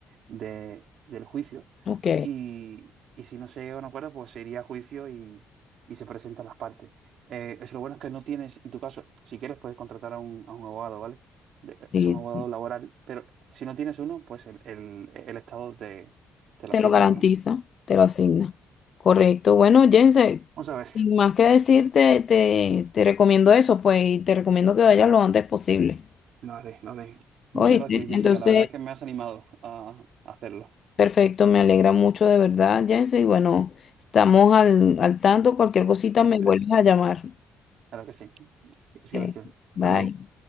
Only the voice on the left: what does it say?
Ok,
Sí,
te
lo garantiza,
te lo asigna.
Correcto. Bueno, Jense,
sin más que decirte, te, te recomiendo eso, pues, y te recomiendo que vayas lo antes posible.
Oíste,
entonces
Perfecto, me alegra mucho de verdad, Jensen. Y bueno, estamos al, al tanto. Cualquier cosita
me vuelves
a llamar.
Ok,
Bye.